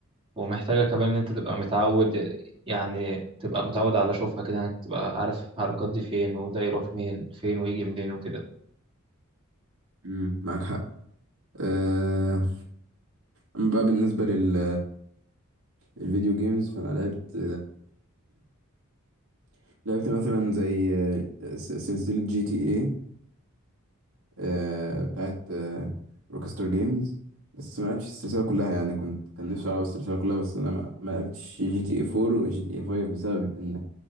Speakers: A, on the right; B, on the right.
A: ومحتاجة كمان ان انت تبقى متعود يعني تبقى متعود على شوفها كده انك تبقى عارف الحركات دي فين وده يروح مين فين ويجي منين وكده
B: امم معاك حق أه... أما بقى بالنسبة لل الفيديو جيمز فأنا لعبت <clears throat> لعبت مثلا زي آه، س- سلسلة جي تي اي آه، بتاعت روكستر جيمز بس ما لعبتش السلسلة كلها يعني كنت كان نفسي ألعب السلسلة كلها بس أنا ما ما لعبتش جي تي اي 4 وجي تي اي 5 بسبب إن